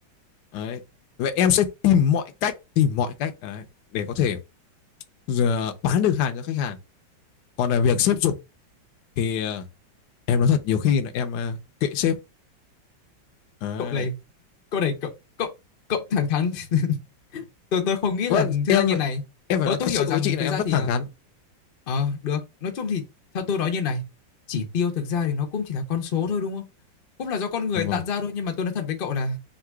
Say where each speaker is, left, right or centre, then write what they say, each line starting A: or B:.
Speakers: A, on the left; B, on the left.
A: Đấy. Vậy em sẽ tìm mọi cách, tìm mọi cách đấy, để có thể ờ, bán được hàng cho khách hàng. Còn là việc xếp dục thì ờ, em nói thật nhiều khi là em ờ, kệ sếp. Đấy.
B: Cậu này, cậu này cậu cậu cậu thẳng thắn <laughs> tôi tôi không nghĩ là
A: Vâng,
B: thế
A: em
B: ra như này
A: em phải
B: ờ
A: nói thật
B: tôi hiểu
A: sự
B: rằng
A: với chị là
B: thực
A: em
B: ra
A: rất
B: thì
A: thẳng
B: ờm,
A: thắn.
B: ờ được nói chung thì theo tôi nói như này chỉ tiêu thực ra thì nó cũng chỉ là con số thôi đúng không cũng là do con người
A: Dạ Vâng.
B: tạo ra thôi nhưng mà tôi nói thật với cậu là